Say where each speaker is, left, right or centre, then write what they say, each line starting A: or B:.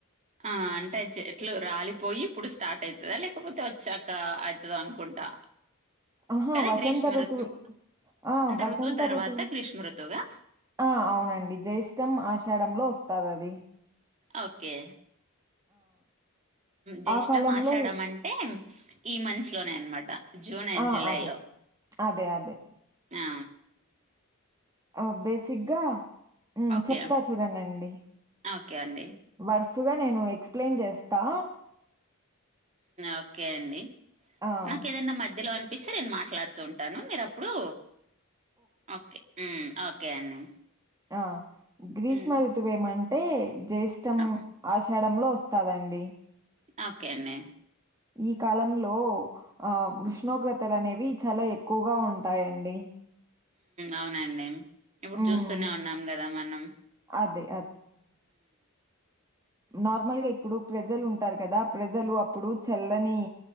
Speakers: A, on the right; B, on the right.
A: ఆ అంటే అ చెట్లు రాలిపోయి ఇప్పుడు స్టార్ట్ అవుతుందా లేకపోతే చక్క అవుతుంది అనుకుంటా
B: ఆహా
A: కదా!
B: వసంత
A: గ్రీష్మ
B: ఋతువులు
A: ఋతువు
B: ఆ వసంత
A: ఋతువు తర్వాత
B: ఋతువులు
A: గ్రీష్మ ఋతువుగా?
B: ఆ అవునండి జేష్టం ఆషాడంలో వస్తది అది
A: ఓకే జష్టం
B: ఆ కాలంలో
A: ఆశాడ
B: ఎ
A: అంటే ఈ మంత్స్ లోనే అనమాట జూన్ అండ్
B: ఆ!
A: జులై
B: అదే.
A: లో
B: అదే. అదే.
A: అ
B: ఆ బేసిక్గా
A: ఓకే.
B: చెప్తా చూడంనండి
A: ఓకే అండి.
B: వరుసగా నేను ఎక్స్ప్లెయిన్ చేస్తా
A: ఓకే అండి
B: ఆ!
A: నాకు ఏదైనా మధ్యలో అనిపిస్తే నేను మాట్లాడుతూ ఉంటాను మీరు అప్పుడు ఓకే ఓకే అండి
B: ఆ గ్రీష్మ
A: హ్మ్.
B: ఋతువ ఏమంటే జ్యేష్టం
A: ఆ!
B: ఆ చెడంలో వస్తాదండి
A: ఓకే అన్న
B: ఈ కాలంలో ఆ ఉష్ణోగ్రతలు
A: హ్మ్.
B: అనేవి చాలా ఎక్కువగా ఉంటాయండి
A: అవునండి ఇప్పుడు
B: హ్మ్.
A: చూస్తూనే ఉన్నాం కదా మనం
B: అదే. నార్మల్ గా ఇప్పుడు ప్రజలు ఉంటారు కదా ప్రజలు అప్పుడు చల్లని